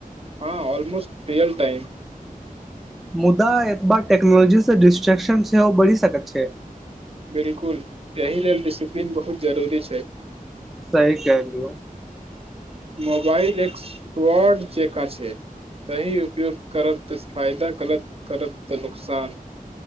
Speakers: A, on the right; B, in the centre.
A: हँ ऑलमोस्ट रियल टाइम।
B: मुदा एतबा टेक्नोलॉजीसँ डिस्ट्रेक्शन सेहो बढ़ि सकैत छै
A: बिलकुल एहि लेल डिसिप्लीन बहुत जरूरी छै
B: सही कहलू
A: मोबाइल एक फ्राड जकाँ छै सही उपयोग करब तऽ फायदा गलत करब तऽ नुकसान